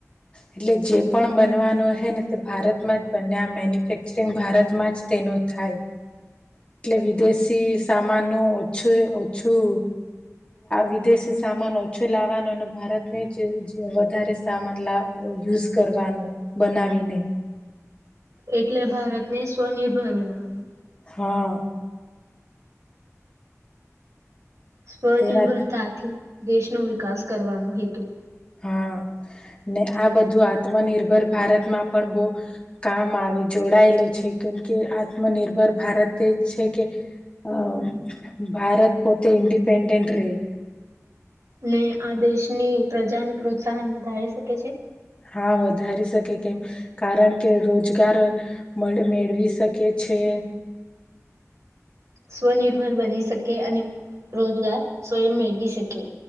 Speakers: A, on the left; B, on the right.
A: એટલે જે પણ બનવાનો હ ને તે ભારતમાં જ બને આ મેન્યુફેક્ચરિંગ ભારતમાં જ તેનું થાય. એટલે વિદેશી સામાન ઓછું ઓછું વિદેશી સામાન ઓછું લાવવાનું અને ભારતને જ વધારે સામાન લ યુઝ કરવાનો બનાવીને
B: એટલે ભારતને સ્વનિર્ભર બનાવાનું
A: હા
B: સ્વનિર્ભરતાથી
A: તેના
B: દેશનો વિકાસ કરવાનો હેતુ
A: હા ને આ બધું આત્મનિર્ભર ભારતમાં પણ બહુ કામ આવે જોડાયેલું છે કેમ કે આત્મનિર્ભર ભારત તેજ છે કે અ ભારત પોતે ઇન્ડિપેન્ડન્ટ રે
B: ને આ દેશની પ્રજા ન પ્રોત્સાહન વધારી શકે છે.
A: હા વધારી શકે કેમ કારણ કે રોજગાર મેળવી શકે છે.
B: સ્વનિર્ભર બની શકે અને રોજગાર સ્વયં મેળવી શકે.